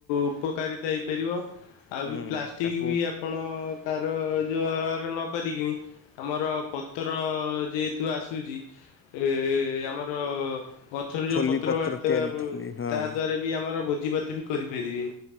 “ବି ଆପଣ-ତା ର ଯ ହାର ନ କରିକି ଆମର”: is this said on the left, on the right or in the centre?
Left